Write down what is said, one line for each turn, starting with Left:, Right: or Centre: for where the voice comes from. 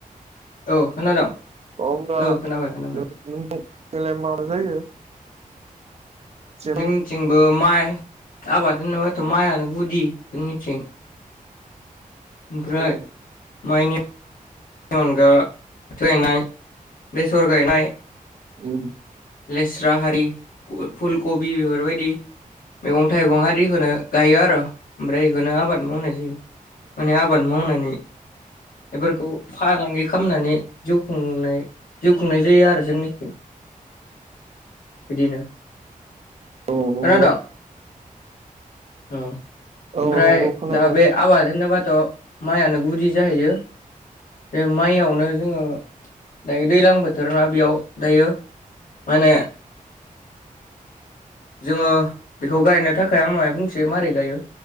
Left: औ खोनादों
Right: ओमब्ला
Left: औ खोनाबाय खोनाबाय
Right: <unintelligible> <unintelligible> लाय माबा जायो जेब्ला
Left: जोंनिथिंबो माइ आबाद होनोबाथ' माइआनो गुदि जोंनिथिं। ओमफ्राय
Right: उम
Left: माइनि नि अनगा <unintelligible> बेसर गायनाय।
Right: उम
Left: लेस्रा हारि फुलकबि बेफोरबायदि मैगं थाइगं आरिखौनो गायो आरो' ओमफ्राय बेखौनो आबाद मावनाय जायो। माने आबाद मावनानै बेफोरखौ फालांगि खामनानै जिउ खुंनाय जिउ खुंनाय जायो आरो जोंनिथिं। बिदिनो।
Right: औ नंगौ
Left: खोनादों? औ।
Right: औ
Left: ओमफ्राय
Right: नंगौ खोनादों
Left: दा बे आबाद होनोबाथ' माइआनो गुदि जाहैयो। बे माइयावनो जोङो दायो दैज्लां बोथोर ना बेयाव दायो माने जोङो बेखौ गायनो थाखाय आं महाय बुंसै मारै गायो।